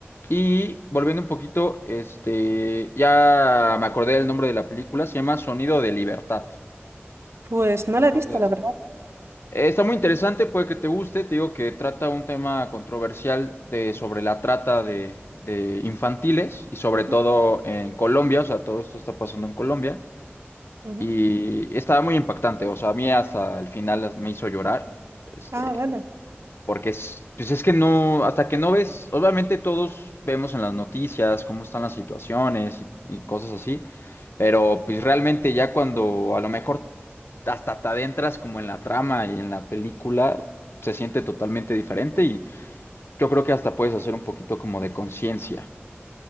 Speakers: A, on the left; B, on the right.
A: Y volviendo un poquito, este, ya me acordé del nombre de la película, se llama Sonido de Libertad.
B: Pues no la
A: Entonces,
B: he visto, la verdad.
A: eh, Está muy interesante, puede que te guste. Te digo que trata un tema controversial de, sobre la trata de, de infantiles y sobre
B: Ujú,
A: todo en Colombia, o sea, todo esto está pasando en Colombia
B: ujú.
A: y estaba muy impactante, o sea, a mí hasta el final me hizo llorar. Este,
B: Ah, vale.
A: porque es, pues es que no, hasta que no ves, obviamente todos vemos en las noticias cómo están las situaciones y, y cosas así, pero pues realmente ya cuando a lo mejor hasta te adentras como en la trama y en la película, se siente totalmente diferente y yo creo que hasta puedes hacer un poquito como de conciencia.